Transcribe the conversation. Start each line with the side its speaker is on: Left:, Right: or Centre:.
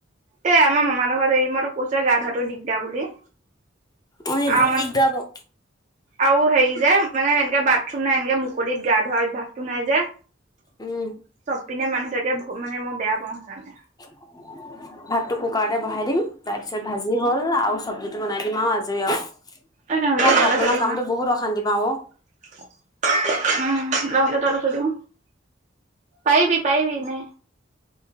Right: এ আমাৰ মামা হঁতৰ ঘৰত হেৰি মই তোক কৈছোৱে গা ধোৱাটো দিগদাৰ বুলি।
Left: অ এইটো
Right: আৰু মানে
Left: দিকদাৰ বাও।
Right: আৰু হেৰি যে মানে এনেকে বাথৰুম নাই এনেকে মুকলিত গা ধোৱা অভ্যাসটো নাই যে।
Left: উম।
Right: চব পিনে মানুহ থাকে, মানে মই বেয়া পাওঁ সেইকাৰণে।
Left: <unintelligible> ভাতটো কুকাৰতে বহাই দিম তাৰ পিছত ভাজি হ'ল আৰু চব্জিটো বনাই দিম আও আজৰি আও।
Right: এই কাঁহীটো
Left: মই
Right: তলে
Left: ভাত বনোৱা
Right: থৈ দিম
Left: কামতটো বহুত অশান্তি পাওঁ অ।
Right: উম <unintelligible> পাৰিবি পাৰিবি নে।